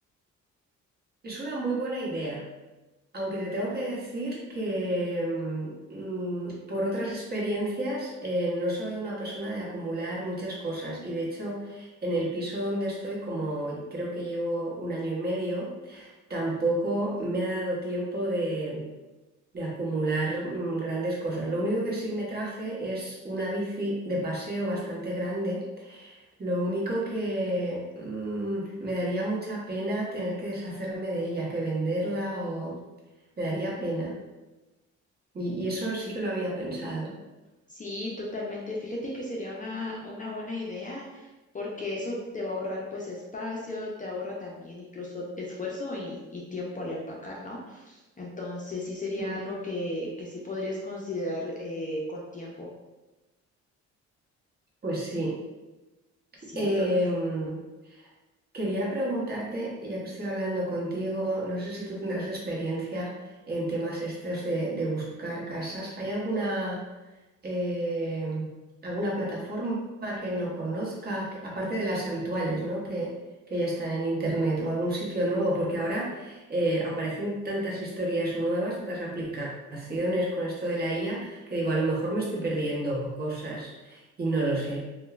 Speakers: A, on the right; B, on the left.
A: es una muy buena idea. Aunque te tengo que decir que mm, mm, por otras experiencias eh, no soy una persona de acumular muchas cosas y de hecho en el piso donde estoy, como creo que llevo un año y medio, tampoco me ha dado tiempo de, de acumular mm, grandes cosas. Lo único que sí me traje es una bici de paseo bastante grande. Lo único que mm, me daría mucha pena tener que deshacerme de ella, que venderla o me daría
B: Ujú.
A: pena. Y, y eso sí que lo había pensado.
B: Sí, totalmente. Fíjate que sería una, una buena idea porque eso te va a ahorrar pues espacio, te ahorra también incluso esfuerzo y, y tiempo al empacar, ¿no? Entonces sí sería
A: Mm.
B: algo que, que sí podrías considerar eh, con tiempo.
A: Pues sí.
B: Sí,
A: Em,
B: total.
A: quería preguntarte, ya que estoy hablando contigo, no sé si tú tendrás experiencia en temas estos de, de buscar casas. ¿Hay alguna... eh, alguna plataforma que no conozca, que- aparte de las habituales, ¿no? Que, que ya están en internet o algún sitio nuevo, porque ahora eh, aparecen tantas historias nuevas, tantas aplicaciones con esto de la IA, que digo, a lo mejor me estoy perdiendo cosas y no lo sé.